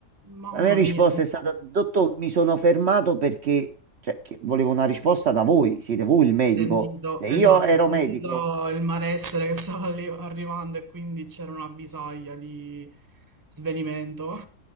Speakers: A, on the right; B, on the right.
A: Mamma
B: La mia risposta
A: mia.
B: è stata: Dottor, mi sono fermato perché cioè, che volevo una risposta da voi. Siete voi il medico.
A: Sentito,
B: Se io
A: esatto,
B: ero
A: ho sentito
B: medico,
A: il malessere che stava lì arrivando e quindi c'era una visaglia di svenimento.